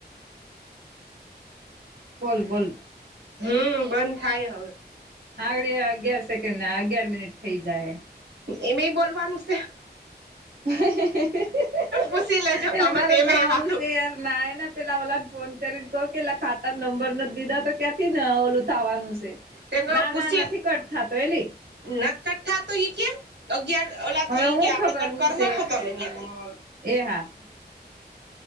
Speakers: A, on the right; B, on the right.
A: બોલ બોલ
B: હમ્મ બંધ થાય હવે.
A: આળી અગિયાર સેકન્ડ ના અગિયાર મિનિટ થઇ જાય.
B: એ મે બોલવાનું છે.
A: <unintelligible>
B: પૂછી લેજો
A: એટલે
B: કે અમે
A: મારે
B: તો
A: નવું
B: એમે વાતું
A: છે યાર નયા ને પેલા ઓલા ને ફોન કરીને કહ કે એલા ખાતા નંબર નથી દીધા તો ક્યાંથી ને ઓલું થવાનું છે.
B: તેમનો
A: ના
B: પૂછી
A: ના નથી કટ થતો એલી
B: નકટઠા તો ઈ કેમ. અગિયાર ઓલા
A: હવે
B: થઈ
A: હું
B: ગયા આપડે
A: ખબર
B: કટ
A: હું
B: કરી
A: છે
B: નાખો તમે અહિયાંથી.
A: એ હા.